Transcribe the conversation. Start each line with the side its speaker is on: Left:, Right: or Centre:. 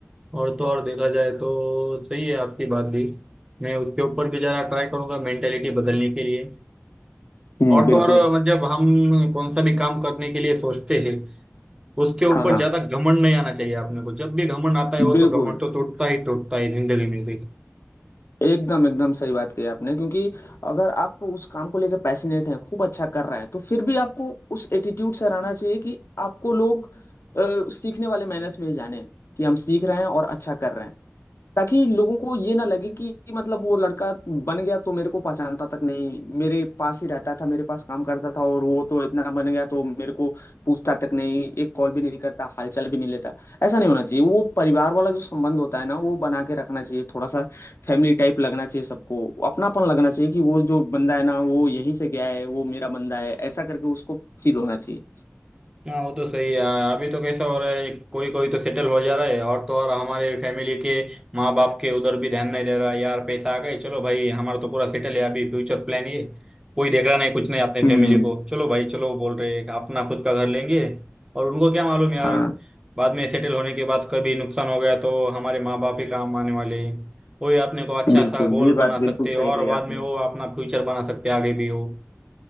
Right: और तो और देखा जाए तो सही है आपकी बात भी मैं उसके ऊपर भी ज़रा ट्राई करूंगा मेंटेलिटी बदलने के लिए
Left: हम्म
Right: और
Left: बिल्कुल
Right: तो और जब हम कौन सा भी काम करने के लिए सोचते हैं उसके ऊपर
Left: हाँ हाँ
Right: ज़्यादा घमंड नहीं आना चाहिए आपने को जब भी घमंड आता है वो
Left: बिल्कुल
Right: तो घमंड तो टूटता ही टूटता है जिंदगी में
Left: एकदम एकदम सही बात कही आपने क्योंकि अगर आप उस काम को लेकर पैशनेट हैं खूब अच्छा कर रहे हैं तो फिर भी आपको उस एटीट्यूड से रहना चाहिए कि आपको लोग अ, सीखने वाले मैनर्स में ही जाने कि हम सीख रहे हैं और अच्छा कर रहे हैं ताकि लोगों को ये ना लगे कि मतलब वो लड़का बन गया तो मेरे को पहचानता तक नहीं मेरे पास ही रहता था मेरे पास काम करता था और वो तो इतना बन गया तो मेरे को पूछता तक नहीं एक कॉल भी नहीं करता हालचाल भी नहीं लेता ऐसा नहीं होना चाहिए वो परिवार वाला जो संबंध होता है ना वो बना के रखना चाहिए थोड़ा सा फैमिली टाइप लगना चाहिए सबको अपनापन लगना चाहिए कि वो जो बंदा है ना वो यहीं से गया है वो मेरा बंदा है ऐसा करके उसको फील होना चाहिए
Right: हाँ वो तो सही है यार। अभी तो कैसा हो रहा है कोई कोई तो सेटल हो जा रहा है और तो और हमारे फैमिली के माँ बाप के उधर भी ध्यान नहीं दे रहा है। यार पैसा आ गए चलो भाई हमारा तो पूरा सेटल है अभी फ्यूचर प्लान ये कोई देख रहा नहीं कुछ नहीं अपने
Left: हम्म
Right: फैमिली को चलो भाई चलो बोल रहे हैं अपना खुद का घर लेंगे और उनको क्या मालूम यार
Left: हाँ
Right: बाद में सेटल होने के बाद कभी नुकसान हो गया तो हमारे माँ बाप ही काम आने वाले हैं। वही अपने को अच्छा
Left: बिल्कुल
Right: सा गोल
Left: ये
Right: बना
Left: बात बिल्कुल
Right: सकते हैं और
Left: सही कही
Right: बाद
Left: आपने
Right: में वो अपना फ्यूचर बना सकते हैं आगे भी हो